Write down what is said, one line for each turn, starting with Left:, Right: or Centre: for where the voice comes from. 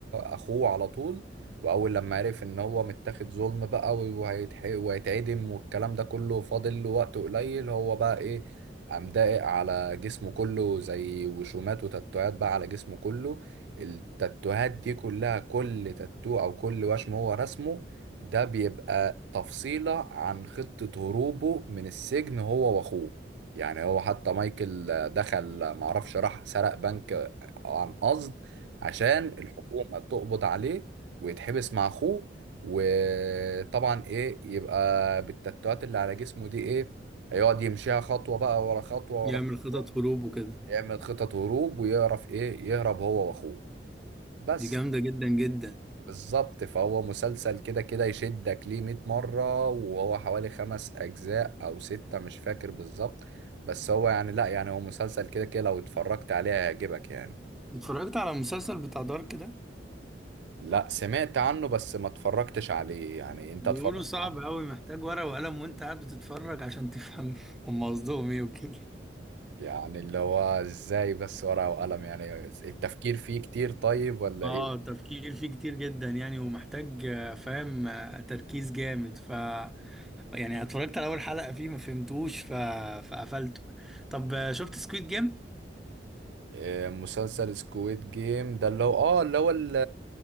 Right: اخوه على طول واول لما عرف ان هو متاخد ظلم بقى وهيتح- وهيتعدم والكلام ده كله فاضل له وقت قليل هو بقى ايه قام داقق على جسمه كله زي وشومات وتاتوهات بقى على جسمه كله التاتوهات دي كلها كل تاتو او كل وشم هو رسمه ده بيبقى تفصيلة عن خطة هروبه من السجن هو واخوه يعني هو حتى مايكل آه، دخل معرفش راح سرق بنك آه، عن قصد عشان الحكومة تقبض عليه ويتحبس مع اخوه وطبعا ايه يبقى بالتاتوهات اللي على جسمه دي ايه يقعد يمشيها خطوة بقى ورا خطوة
Centre: يعمل
Right: ورا خطوة
Centre: خطط هروب وكده
Right: يعمل خطط هروب ويعرف ايه يهرب هو واخوه بس
Centre: دي جامده جدا جدا
Right: بالظبط فهو مسلسل كده كده يشدك ليه 100 مرة وهو حوالي خمس أجزاء أو ستة مش فاكر بالظبط بس هو يعني لا يعني هو مسلسل كده كده لو اتفرجت عليه هيعجبك يعني
Centre: اتفرجت على المسلسل بتاع دارك ده
Right: لا سمعت عنه بس ما اتفرجتش عليه يعني انت
Centre: بيقولوا
Right: اتفرجت
Centre: صعب
Right: عليه
Centre: أوي محتاج ورقة وقلم وأنت قاعد بتتفرج عشان تفهم <laughs> هم قصدهم إيه وكده
Right: يعني اللي هو ازاي بس ورقة وقلم يعني التفكير فيه كتير طيب ولا
Centre: اه
Right: ايه
Centre: تفكير فيه كتير جدا يعني ومحتاج آه، فاهم آه، تركيز جامد ف يعني اتفرجت على اول حلقة فيه ما فهمتوش ف... فقفلته طب آه، شفت سكويد جيم
Right: آه، مسلسل سكويد جيم ده اللي هو اه اللي هو ال-